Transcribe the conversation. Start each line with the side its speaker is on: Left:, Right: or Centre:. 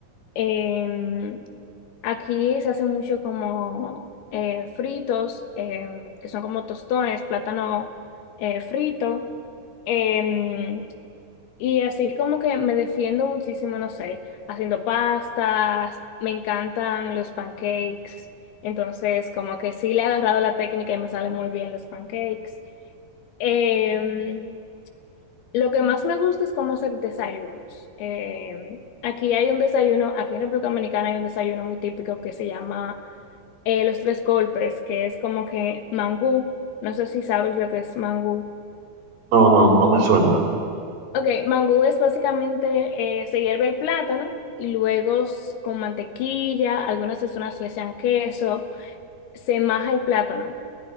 Left: Em, aquí se hace mucho como eh, fritos, em, que son como tostones, plátano eh, frito. em, y así como que me defiendo muchísimo, no sé, haciendo pastas, me encantan los pancakes, entonces como que sí le he agarrado la técnica y me salen muy bien los pancakes. Em, lo que más me gusta es cómo hacer desayunos. Em, aquí hay un desayuno, aquí en República Dominicana hay un desayuno muy típico que se llama eh, los tres golpes, que es como que mangú, no sé si sabes lo que es mangú.
Right: No, no, no me suena.
Left: Ok, mangú es básicamente, eh, se hierve el plátano y luego s- con mantequilla, algunas personas le echan queso, se maja el plátano